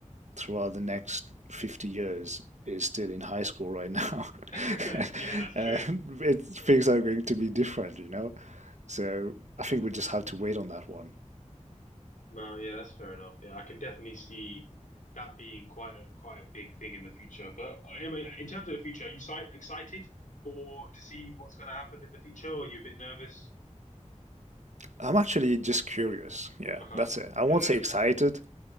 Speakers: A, on the right; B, on the left.
A: throughout the next 50 years is still in high school right now.
B: <laughs>
A: <laughs>
B: Yeah, that's true.
A: Uh, it, things are going to be different, you know? So I think we just have to wait on that one.
B: No, yeah, that's fair enough. Yeah, I can definitely see that being quite a quite a big thing in the future. But I mean, in terms of the future, are you si excited for to see what's going to happen in the future, or are you a bit nervous?
A: I'm actually just curious. Yeah,
B: Uh-huh.
A: that's it. I won't
B: Yeah.
A: say excited